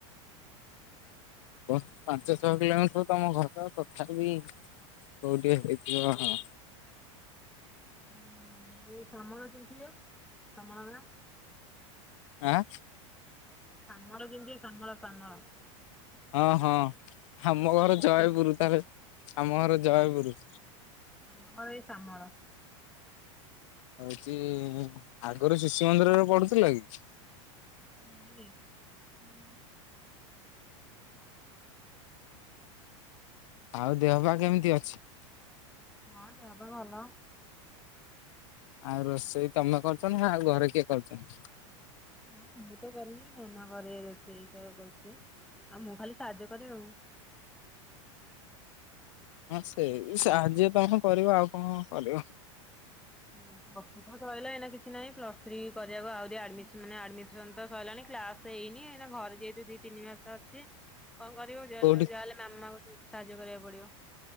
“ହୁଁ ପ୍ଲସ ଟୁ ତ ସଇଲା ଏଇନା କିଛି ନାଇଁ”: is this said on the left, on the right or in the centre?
Centre